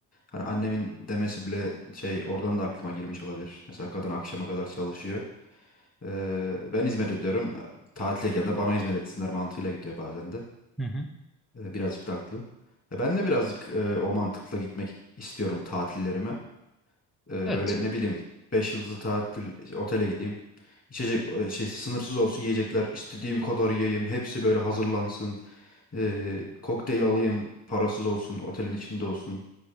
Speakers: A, on the left; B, in the centre.
A: Hani annemin demesi bile şey oradan da aklıma girmiş olabilir. Mesela kadın akşama kadar çalışıyor. E, ben hizmet ediyorum. Tatildeyken de bana hizmet etsinler mantığıyla gidiyor bazen de.
B: Hı hı.
A: E, Birazcık da haklı. E, Ben de birazcık e, o mantıkla gitmek istiyorum tatillerime. E,
B: Evet.
A: böyle ne bileyim 5 yıldızlı tatil işte, otele gideyim. İçecek e, şey sınırsız olsun yiyecekler. istediğim kadar yiyeyim. Hepsi böyle hazırlansın. E, kokteyl alayım. Parasız olsun. Otelin içinde olsun.